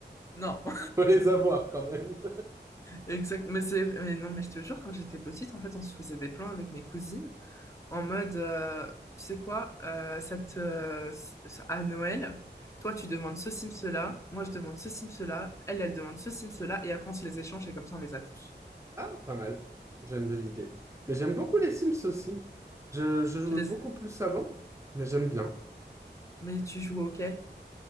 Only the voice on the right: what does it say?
les avoir quand même.
Ah, pas mal. J'aime bien l'idée. Mais j'aime beaucoup les Sims aussi. Je, je jouais
beaucoup plus avant, mais j'aime bien.